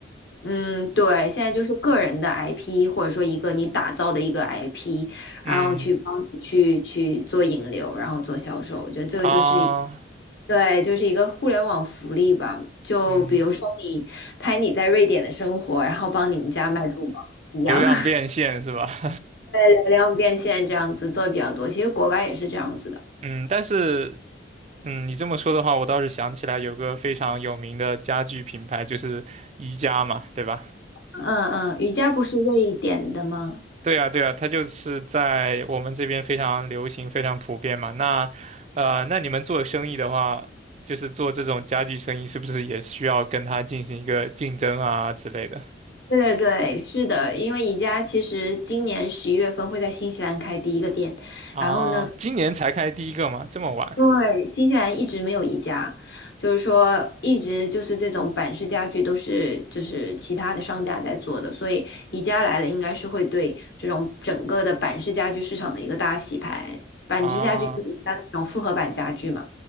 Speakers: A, on the left; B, on the right.
A: 嗯，对，现在就是个人的 IP，或者说一个你打造的一个 IP，然后去帮你去去做引流，
B: 嗯
A: 然后做销售，我觉得这个就是一，
B: 啊
A: 对，就是一个互联网福利吧。就比如说你拍你在瑞典的生活，
B: 嗯，
A: 然后帮你们家卖珠宝一样，
B: <laughs> 流量变现是吧？
A: <laughs>
B: <laughs>
A: 流量变现这样子做比较多。其实国外也是这样子的。
B: 嗯，但是，嗯，你这么说的话，我倒是想起来有个非常有名的家具品牌，就是宜家嘛，对吧？
A: 嗯嗯，瑜伽不是瑞典的吗？
B: 对啊，对啊，它就是在我们这边非常流行、非常普遍嘛。那，呃，那你们做生意的话，就是做这种家具生意，是不是也需要跟它进行一个竞争啊之类的？
A: 对对对，是的，因为宜家其实今年十一月份会在新西兰开第一个店，
B: 啊，
A: 然后呢。
B: 今年才开第一个吗？这么晚？
A: 对，新西兰一直没有宜家，就是说一直就是这种板式家具都是就是其他的商家在做的，所以宜家来了应该是会对这种整个的板式家具市场的一个大洗牌。板式家具就是宜家的那种复合板家具嘛，
B: 啊，